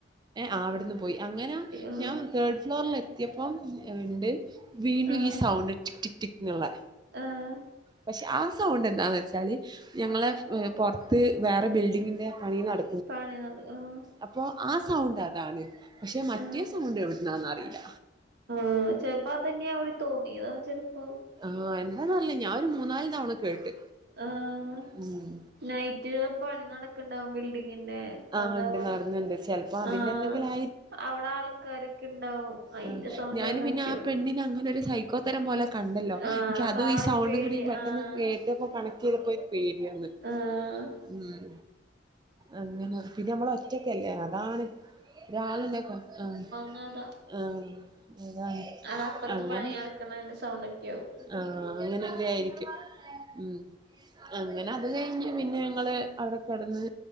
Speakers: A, on the right; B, on the right.
A: അവിടെന്ന് പോയി അങ്ങനെ
B: ആഹ്
A: ഞാൻ തേർഡ് ഫ്ലോറിൽെത്തിയപ്പം ഇണ്ട് വീണു
B: ആഹ്
A: ഈ സൗണ്ട് ടിക് ടിക് ടിക് എനുള്ള
B: ആഹ്
A: പക്ഷെ ആ സൗണ്ട് എന്താന്ന് വെച്ചാല് ഞങ്ങളെ പുറത്ത് വേറെ ബിൽഡിങ്ങിന്റെ പണി നട
B: പണി <unintelligible> ആഹ്
A: അപ്പോ ആ സൗണ്ട് അതാണ് പക്ഷെ മറ്റേ
B: ആഹ്
A: സൗണ്ട് എവിടുന്നാന് അറിയില്ല
B: ആ ചെലപ്പോ അതന്നെയാവും തോന്നിയതാ ചിലപ്പോ
A: ആഹ് എന്താന്ന് അറിയില്ല ഞാൻ ഒരു മൂന്നാല് തവണ കേട്ട്
B: ആഹ്
A: ഉം
B: നൈറ്റ് പണി നടക്ക് ഇണ്ടാവും ബിൽഡിങ്ങിന്റെ
A: ആഹ്
B: അതാവും
A: ഉണ്ട് നടന്നുണ്ട് ചിലപ്പോ അതിന്റെ
B: ആഹ്
A: എന്തെങ്കിലും
B: അവിടെ ആൾക്കാരൊക്കെ ഇണ്ടാവും അയിന്റെ
A: ആ
B: സൗണ്ട്
A: ഞാന്
B: വല്ലോക്കെയാവും
A: പിന്നെ ആ പെണ്ണിന് അങ്ങനെ ഒരു സൈ ക്കോത്തരം പോലെ കണ്ടല്ലോ
B: ആഹ്
A: എനിക്ക്
B: അപ്പൊ
A: അതും
B: ആ
A: ഈ
B: ഒരു
A: സൗണ്ടും
B: പേടി
A: കൂടി പെട്ടെന്ന്
B: ആഹ്
A: കേ പ്പോ കണക് ചെയ്തപോ പേടിയന്ന്
B: ആഹ്
A: ഉം അങ്ങനെ പിന്നെ നമ്മള് ഒറ്റക്കല്ലേ അതാണ് ഒരാളു ഇണ്ട കെഴപ്പം ആ
B: നതാ
A: ആഹ് അതാണ്
B: അത അപ്പുറത്ത്
A: അങ്ങനെ
B: പണി നടുക്കുന്നതിന്റെ സൗണ്ട് ഒക്കെയ ആവും
A: ആഹ് അങ്ങനെ എന്തെ ആയിരിക്കും ഉം അങ്ങനെ അത് കഴിഞ്ഞ് പിന്നെ ഞങ്ങള് അവിടെ കെടന്ന്